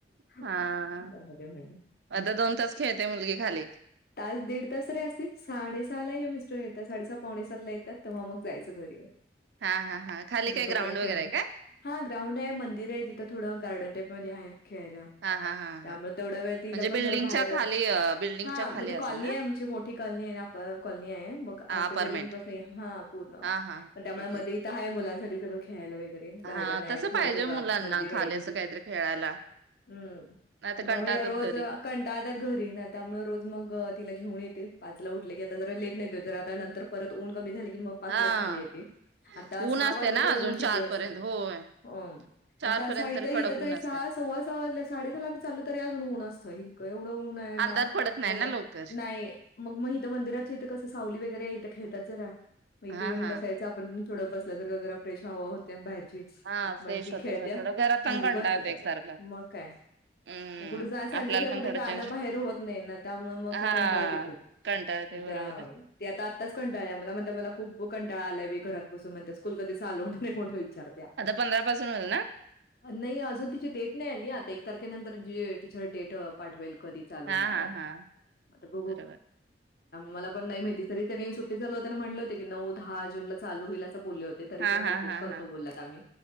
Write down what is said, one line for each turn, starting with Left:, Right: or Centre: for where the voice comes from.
Left: काय
Right: हा
Left: होतंय माहित नाही.
Right: आता दोन तास खेळते मुलगी खाली.
Left: तास-दीड तास तरी असतील साडेसहा ला हे मिस्टर येतात. साडेसहा-पावणेसात ला येतात. तेव्हा मग जायचं घरी.
Right: हा हा हा खाली काय ग्राउंड
Left: तोपर्यंत
Right: वगैरे
Left: खेळणं
Right: आहे काय
Left: हां ग्राउंड आहे, मंदिर आहे तिथं थोडं गार्डन टाईप हो घ्या हे. खेळला
Right: हा हा हा
Left: त्यामुळे
Right: हा
Left: तेवढा वेळ तिला
Right: म्हणजे बिल्डिंगच्या
Left: पण जरा बाहेर
Right: खाली
Left: अ
Right: बिल्डिंगच्या
Left: हां
Right: खाली
Left: म्हणजे
Right: असेल
Left: कॉलनी
Right: ना
Left: आहे आमची मोठी कॉलनी आहे आणि आप कॉलनी आहे मग आमच्या
Right: अपार्टमेंट
Left: बिल्डिंगचाच नाही हा पूर्ण
Right: हा हा
Left: त्यामुळे
Right: ओके
Left: मध्ये इथं आहे मुलांचं साठी सगळं खेळायला वगैरे तरी अन
Right: हा
Left: गार्डन आहे
Right: तसं
Left: थोडंसं
Right: पाहिजे
Left: का
Right: मुलांना
Left: मंदिरं
Right: खाली
Left: आहेत.
Right: असं काहीतरी खेळायला
Left: हं
Right: नाही तर
Left: म
Right: कंटाळतात
Left: त्यावेळी या रोज
Right: घरी
Left: कंटाळतात घरी येईनात त्यामुळे रोज मग घेऊन येते पाच ला उठलं की आता जरा लेट ने येतात जरा आत्ता नंतर परत ऊन कमी झालं कि मग पाचलाच
Right: हा
Left: खाली येते आता
Right: ऊन
Left: सहा
Right: असते
Left: वाजलं
Right: ना
Left: तरी
Right: अजून
Left: ऊन किती
Right: चार
Left: असतं
Right: पर्यंत होय चार
Left: आता
Right: पर्यंत
Left: असं इथं
Right: कडक
Left: इथं तरी
Right: ऊन असते
Left: सहा सव्वा सहा वाजल्या साडे सहा ला आम्ही चाललं तरी अजून ऊन असतं इतकं एवढं ऊन आहे ना
Right: अंधार पडत नाही
Left: मग
Right: ना लवकर
Left: नाही मग म इथं मंदिराच्या इथं कसं सावली वगैरे इथं खेळतात जरा. हं म इथे
Right: हा
Left: येऊन
Right: हा
Left: बसायचं आपण थोडं बसल्यासारखं जरा फ्रेश हवा होत्या बाहेर.
Right: हा फ्रेश
Left: मन ती
Right: होत
Left: खेळत्या
Right: थोडं घरात पण
Left: आम्ही
Right: कंटाळ
Left: बसतो
Right: येतो
Left: तर
Right: एकसारखा
Left: मग काय
Right: हम्म
Left: म कुठ जा संडेशिवाय
Right: आपल्याला
Left: कुठे
Right: पण थोडं
Left: जाणं
Right: चेंज
Left: बाहेर होत नाही ना त्यामुळे मग
Right: हा
Left: ती कंटाळते खूप
Right: कंटाळ येतोय
Left: पण
Right: बरोबर
Left: त्या ती आत्ता आत्ताच कंटाळल्या मला म्हणत्या मला खूप भूक कंटाळा आलाय बाई घरात बसून म्हणत्या स्कूल कधी चालू होणार आहे म्हणून विचारत्या
Right: आता पंधरा पासून होईल ना?
Left: नाही अजून तिची डेट नाही आली आता एक तारखेनंतर टिरच डेट पाठवेल. कधी चालवणार
Right: हा हा
Left: आहे
Right: हा
Left: आता बघू
Right: बरोबर
Left: मला पण नाही माहिती तरी त्यांनी सुट्टी झाल होताना म्हटले होते की नऊ दहा जून ला चालू होईल बोले होते तरी
Right: हा
Left: पण मेसेज
Right: हा हा
Left: करतो
Right: हा
Left: बोल्या त्या मी